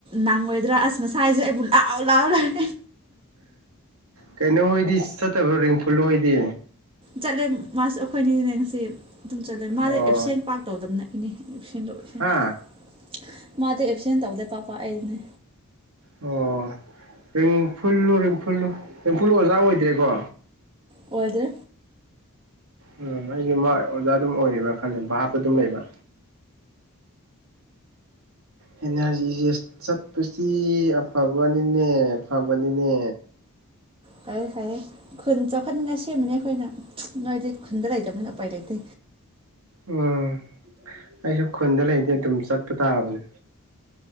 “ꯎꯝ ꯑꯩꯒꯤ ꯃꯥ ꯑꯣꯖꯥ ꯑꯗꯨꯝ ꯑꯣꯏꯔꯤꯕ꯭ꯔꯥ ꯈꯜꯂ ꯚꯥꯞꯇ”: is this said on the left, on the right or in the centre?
Right